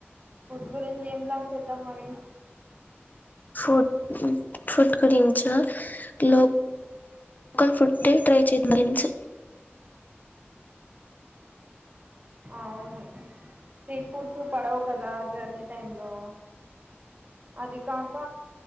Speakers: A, on the right (about 35°); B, on the left (about 40°).
A: ఫుడ్ గురించి ఏం ప్లాన్ చేద్దాం మరి
B: ఫుడ్ మ్మ్ గురించా లోక్ కల్ ఫుడ్డే ట్రై చెట్నింగ్స్
A: అవును స్ట్రీట్ ఫుడ్స్ పడవు కదా జర్నీ టైమ్ లో అది కాక